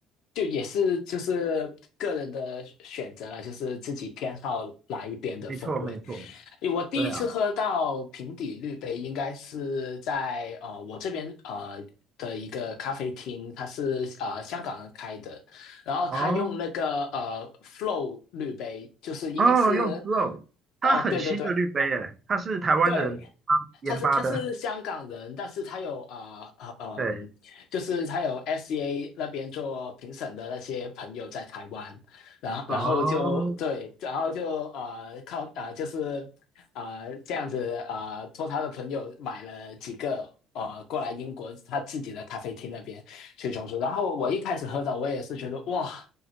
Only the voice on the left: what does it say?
就也是就是个人的选择了，就是自己偏好哪一边的风味。
我第一次喝到平底滤杯，
应该是在呃我这边呃的一个咖啡厅，它是呃香港人开的，然后他用那个呃
Flow 滤杯，就是应该是
哦对对对
对，
他是他是香港人，但是他有啊呃呃嗯，
就是他有 SCA 那边做评审的那些朋友在台湾，然后然后就对，
然后就呃靠啊、呃、就是啊、呃这样子啊、呃、托他的朋友买了几个呃过来英国他自己的咖啡厅那边去冲煮，然后我一开始喝到我也是觉得哇